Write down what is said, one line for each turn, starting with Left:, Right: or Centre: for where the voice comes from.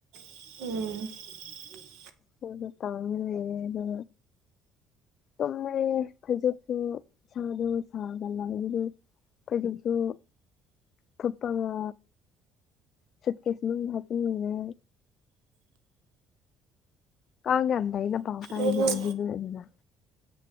Right: ꯎꯝ
Left: ꯑꯣꯗ ꯇꯃꯤꯔ ꯑꯦꯗ ꯆꯨꯝꯃꯦꯩꯌꯦ ꯈꯩꯖꯣꯛꯁꯨ ꯏꯁꯥꯗꯣ ꯁꯥꯒ ꯂ ꯇꯒꯤꯁꯨ ꯇꯞꯄꯒ ꯁꯠꯀꯦ ꯁꯃꯜ ꯍꯥꯇꯤꯡ ꯃꯒ ꯀꯉꯦꯗ ꯏꯅ ꯄꯥꯎꯇ
Right: ꯎꯝ
Left: ꯌꯦꯗ
Right: ꯎꯝ